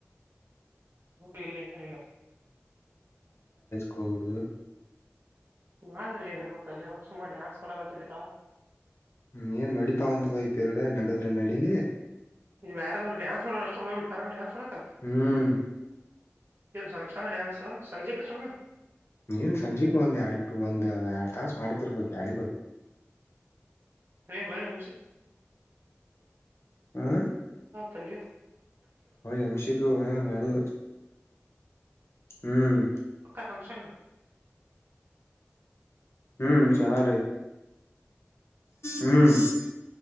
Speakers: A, on the right (about 55°); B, on the left (about 60°).
A: ಹ ಇಲ್ಲ ನಿಗಾ
B: ಕಬಿಡದು
A: ನಾನ್ೀ ಏನ್ ಹೇಳೇಳ್ಬತಲ್ಲಿ ಇವಾಗ ಸುಮಾ ಡ್ಯಾನ್ಸ್ ಮಾಡಕಲ್ತರಿತಾ
B: ಹ್ಮ್ ಏನ್ ನಡತಾವತ್ ಬಯ ಪೇರುಡೆ ನಡದ್ರೆ ನಡೀಲಿ
A: ನೀವು ಯಾರಾದ್ ಾನ್ ಮಾಡೋ ಅಷ್ಟ ಹೋಗ್ ಬಿಡ್ತಾರ ಾನ್ಸ್ ಮಾಡ
B: ಹ್ಮ್
A: ಏನು ಸಂಚಾನ ಡ್ಯಾನ್ಸ್ಲ್ಲ ಸಂಜೆ ಕಚಣ
B: ನೀಏನ್ ಸಂಜೆಗೂ ಒಂದ್ ಎಡ್ಟು ಒಂದ್ ಎರಡ್ ತಾಸ ಮಾಡ್ತಿರ್ಬೇಕಕ್ ಯಾರಿಗ ಗೊತ್ತ
A: ಹ ಭ ಹ
B: ಹ್ಮ
A: ತಂದರ್
B: ಹ ಎಂಶಿಿಕ ಮಾಡು ಹ್ಮ್
A: ಫಕ್ಷನ್
B: ಹ್ಮ್ ಚನಐತಿ ಹ್ಮ್